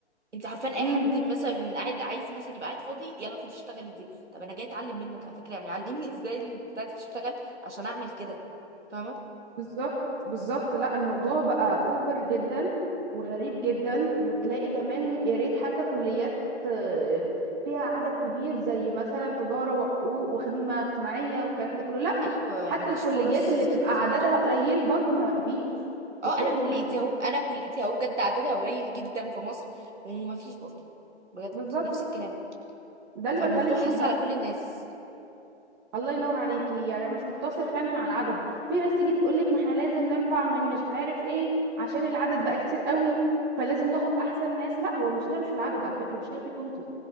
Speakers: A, on the right (about 80°); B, on the right (about 40°).
A: انت عارفان اي
B: مم.
A: حد مثلا قاعد عايز مثلا يبقى قاعد فاضي يلا خدي اشتغلي دي طب انا جايه اتعلم منك على فكره يعني علمني ازاي بتاعتي تشتغل عشان اعمل كده فاهمه
B: بالظبط بالظبط لا الموضوع بقى اوفر جدا وغريب جدا وتلاقي كمان يا ريت حتى كليات آه، فيها عدد كبير زي مثلا تجارة وحقوق وخدمة اجتماعية والكلام ده كله لا
A: ايوه
B: حتى
A: مفيش
B: الكليات
A: فرص
B: اللي بتبقى
A: كتير
B: عددها قليل برضو ما ما فيش
A: اه
B: بتلاقي
A: انا
B: مهندسين
A: كليتي اهو انا كليتي اهو بجد عددها قليل جدا في مصر ومفيش برضه بجد
B: بالظبط
A: نفس الكلام
B: ده اللي
A: فالموضوع
B: بتكلم
A: حس
B: فيه بقى
A: على كل الناس
B: الله ينور عليكي يعني انا مش مقتصر فعلا على العدد في ناس تيجي تقول لك ما احنا لازم نرفع من مش عارف ايه عشان العدد بقى كتير قوي فلازم ناخد احسن ناس لا هو المشكله مش في العدد على فكره المشكله فيكم انتوا